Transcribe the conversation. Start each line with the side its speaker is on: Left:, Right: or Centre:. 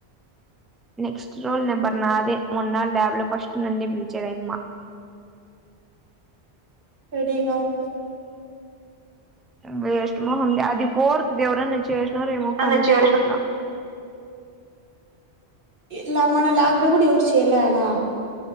Centre: నెక్స్ట్ రోల్ నెంబర్ నాదే మొన్న ల్యాబ్ లో ఫస్ట్ నన్నే పిలిచద అమ్మా
Right: రెడీగా ఉండు
Centre: వేస్ట్ మొహం ది అది ఫోర్త్ ఎవరైనా చేసి రేమో
Right: నన్ను
Centre: కనుక్కోండిరా
Right: చేసిన ఇలా మన ల్యాబ్ నలో కూడా ఎవరు చేయలేదు ఆడా